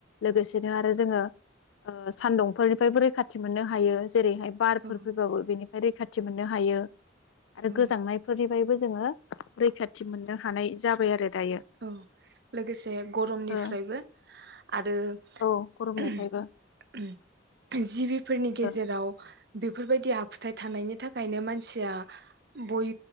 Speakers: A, on the left; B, on the right.
A: लोगोसेनो आरो जोङो ओ सान्दुंफोरनिफ्रायबो रैखाथि थि मोननो हायो स जेरैहाय बारफोर
B: औ
A: फैबाबो बेनि रैखाथि मोननो हायो। आरो
B: औ
A: गोजांनायफोरनिफायबो स जोङो रैखाथि मोननो हानाय जाबाय आरो दायो
B: औ लोगोसे गरमनिफ्रायबो
A: ओ
B: आरो
A: औ गरमनिफ्रायबो
B: <unintelligible> जिबिफोरनि गेजेराव
A: ओ
B: बेफोरबायद दि आखुथाय थानायनि थाखायनो मानसि सिया बय